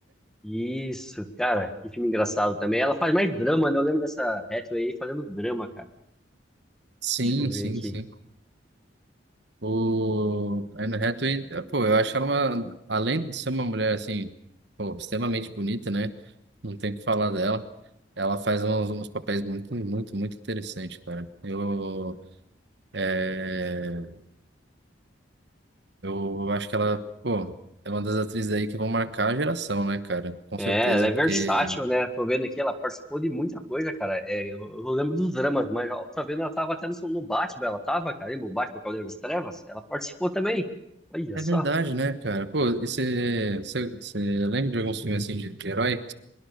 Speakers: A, in the centre; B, on the right (about 60°).
A: Isso, cara, que filme engraçado também. Ela faz mais drama, né? Eu lembro dessa Hathaway aí fazendo drama, cara.
B: Sim,
A: Deixa eu ver
B: sim,
A: aqui.
B: sim. O a Anne Hathaway, pô, eu acho ela uma, além de ser uma mulher, assim, pô, extremamente bonita, né? Não tem o que falar dela. Ela faz uns, uns papéis muito, muito, muito interessantes, cara. Eu, é, eu acho que ela, pô, é uma das atrizes aí que vão marcar a geração, né, cara? Com
A: É,
B: certeza,
A: ela é versátil,
B: porque
A: né? Tô vendo aqui, ela participou de muita coisa, cara. É, eu, eu lembro dos dramas, mas eu tô vendo, ela tava até no, no Batman, ela tava, cara, lembra o Batman Cavaleiro das Trevas? Ela participou também. Olha
B: é
A: só.
B: verdade, né, cara? Pô, e você você- você lembra de alguns filmes, assim, de, de herói?